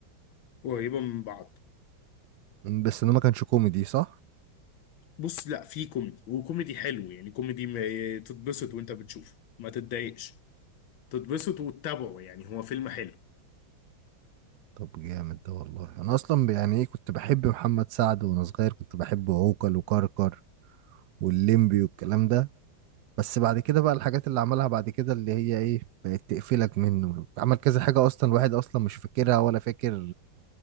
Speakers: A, on the left; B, on the right.
A: قريبه من بعض
B: مم، بس ده ما كانش كوميدي صح
A: بص لا في كوميدي وكوميدي حلو يعني كوميدي ما تتبسط وانت بتشوفه ما تتضايقش تتبسط وتتابعه يعني هو فيلم حلو
B: طب جامد ده والله انا اصلا يعني ايه كنت بحب محمد سعد وانا صغير كنت بحب عوكل وكركر والليمبي والكلام ده بس بعد كده بقى الحاجات اللي عملها بعد كده اللي هي ايه بقت تقفلك منه عمل كذا حاجة اصلا الواحد اصلا مش فاكرها ولا فاكر